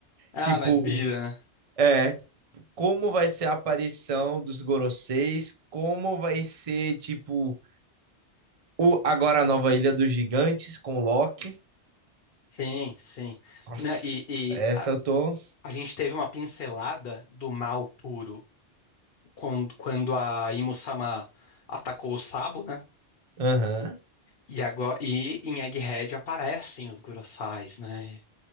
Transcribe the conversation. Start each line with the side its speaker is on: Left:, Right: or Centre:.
Left: Ah,
Right: Tipo,
Left: na despedida, né?
Right: é, como vai ser a aparição dos Goroseis, como vai ser, tipo, o, agora a nova Ilha dos Gigantes com o Loki.
Left: Sim, sim.
Right: Nossa,
Left: Né, E, e
Right: essa
Left: a,
Right: eu tô...
Left: a gente teve uma pincelada do mal puro quando, quando a Imusama atacou o Sabo, né?
Right: Aham.
Left: E, agora, e em Egghead aparecem os Gurosais, né?